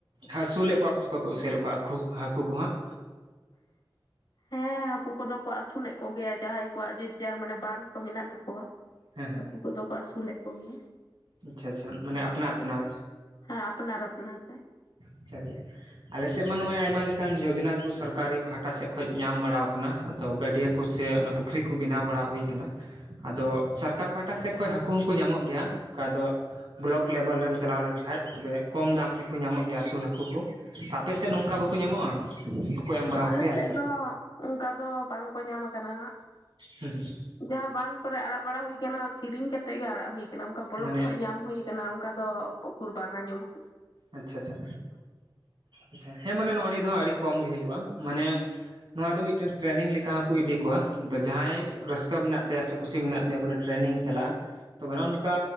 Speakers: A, on the right (about 70°); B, on the left (about 60°).
A: ᱦᱟᱹᱥᱩᱞᱮᱫ ᱠᱚᱣᱟ ᱠᱚ ᱥᱮ ᱵᱟᱠᱚ ᱟᱹᱥᱩᱞᱮᱫ ᱠᱚᱣᱟ ᱦᱟᱹᱠᱩ ᱦᱟᱹᱠᱩ ᱠᱚᱦᱟᱸᱜ
B: <inaudible> ᱦᱟᱹᱠᱩ ᱠᱚᱫᱚ ᱠᱚ ᱟᱹᱥᱩᱞᱮᱫ ᱠᱚᱜᱮᱭᱟ ᱡᱟᱦᱟᱸᱭ ᱠᱚᱣᱟᱜ ᱡᱮᱡᱟᱨ ᱢᱟᱱᱮ ᱵᱟᱸᱫ ᱠᱚ ᱢᱮᱱᱟᱜ ᱛᱟᱠᱚᱣᱟ
A: ᱦᱮᱸ ᱦᱮᱸ
B: ᱦᱟᱹᱠᱩ ᱠᱚᱫᱚ ᱠᱚ ᱟᱹᱥᱩᱞᱮᱫ ᱠᱚᱜᱮᱭᱟ
A: ᱟᱪᱪᱷᱟ ᱟᱪᱪᱷᱟ ᱢᱟᱱᱮ ᱟᱯᱱᱟᱨ ᱟᱯᱱᱟᱨ
B: ᱦᱮᱸ ᱟᱯᱱᱟᱟᱨ ᱟᱯᱱᱟᱟᱨ
A: ᱟᱪᱪᱷᱟ ᱟᱪᱪᱷᱟ ᱟᱞᱮᱥᱮᱫ ᱢᱟ ᱱᱚᱜᱼᱚᱭ ᱟᱭᱢᱟ ᱞᱮᱠᱟᱱ ᱡᱳᱡᱚᱱᱟ ᱠᱚ ᱥᱚᱨᱠᱟᱨᱤ ᱯᱟᱦᱴᱟ ᱥᱮᱫ ᱠᱷᱚᱱ ᱧᱟᱢ ᱵᱟᱲᱟᱣ ᱟᱠᱟᱱᱟ ᱛᱚ ᱜᱟᱹᱰᱭᱟᱹ ᱠᱚ ᱥᱮ ᱚᱱᱟ ᱯᱩᱠᱷᱨᱤ ᱠᱚ ᱵᱮᱱᱟᱣ ᱵᱟᱲᱟ ᱦᱩᱭ ᱟᱠᱟᱱᱟ ᱟᱫᱚ ᱥᱚᱨᱠᱟᱨ ᱯᱟᱦᱴᱟ ᱥᱮᱜ ᱠᱷᱚᱡ ᱦᱟᱹᱠᱩ ᱦᱚᱸᱠᱚ ᱧᱟᱢᱚᱜ ᱜᱮᱭᱟ ᱚᱠᱟ ᱫᱚ ᱵᱞᱚᱠ ᱞᱮᱵᱮᱞ ᱨᱮᱢ ᱪᱟᱞᱟᱣ ᱞᱮᱱ ᱠᱷᱟᱡ ᱛᱚᱵᱮ ᱠᱚᱢ ᱫᱟᱢ ᱛᱮᱠᱚ ᱧᱟᱢᱚᱜ ᱜᱮᱭᱟ ᱟᱹᱥᱩᱞ ᱦᱟᱹᱠᱩ ᱠᱚ ᱛᱟ ᱟᱯᱮᱥᱮᱜ ᱱᱚᱝᱠᱟ ᱵᱟᱠᱩ ᱧᱟᱢᱚᱜᱼᱟ ᱵᱟᱠᱚ ᱮᱢ ᱵᱟᱲᱟᱣᱟᱯᱮᱭᱟ
B: ᱟᱞᱮ ᱥᱮᱜ
A: ᱥᱚᱨᱠᱟᱨ
B: ᱫᱚ ᱚᱝᱠᱟ ᱫᱚ ᱵᱟᱝᱠᱚ ᱧᱟᱢ ᱟᱠᱟᱱᱟ
A: ᱦᱩᱸ ᱦᱩᱸ
B: ᱡᱟᱦᱟᱸ ᱵᱟᱸᱫᱷ ᱠᱚᱨᱮ ᱟᱲᱟᱜ ᱵᱟᱲᱟ ᱦᱩᱭ ᱠᱟᱱᱟ ᱠᱤᱨᱤᱧ ᱠᱟᱛ ᱛᱮᱜ ᱜᱮ ᱟᱲᱟᱜ ᱦᱩᱭ ᱠᱟᱱᱟ ᱚᱝᱠᱟ ᱵᱞᱚᱠ
A: ᱢᱟᱱᱮ
B: ᱠᱷᱚᱡ ᱧᱟᱢ ᱦᱩᱭ ᱠᱟᱱᱟ ᱚᱝᱠᱟ ᱫᱚ ᱩᱠᱩᱨ ᱵᱟᱝ ᱟᱸᱡᱚᱢ ᱠᱟᱱᱟ
A: ᱟᱪᱷᱟ-ᱟᱪᱷᱟ ᱟᱪᱷᱟ ᱦᱮᱸ ᱢᱟᱱᱮ ᱱᱚᱜᱼᱚ ᱱᱤᱭᱟᱹ ᱫᱚ ᱦᱟᱸᱜ ᱟᱹᱰᱤ ᱠᱚᱢ ᱠᱚᱢ ᱜᱮ ᱦᱩᱭᱩᱜᱼᱟ ᱢᱟᱱᱮ ᱱᱚᱣᱟ ᱫᱚ ᱢᱤᱫᱴᱮᱱ ᱴᱨᱮᱱᱤᱝ ᱞᱮᱠᱟ ᱦᱚᱸᱠᱚ ᱤᱫᱤ ᱠᱚᱣᱟ ᱫᱚ ᱡᱟᱦᱟᱸᱭ ᱨᱟᱹᱥᱠᱟᱹ ᱢᱮᱱᱟᱜ ᱛᱟᱭᱟ ᱥᱮ ᱠᱩᱥᱤ ᱢᱮᱱᱟᱜ ᱛᱟᱭᱟ ᱵᱚᱞᱮ ᱴᱨᱮᱱᱤᱝ ᱪᱟᱞᱟᱜᱼᱟ ᱛᱚᱵᱮ ᱱᱚᱜᱼᱚ ᱱᱚᱠᱟ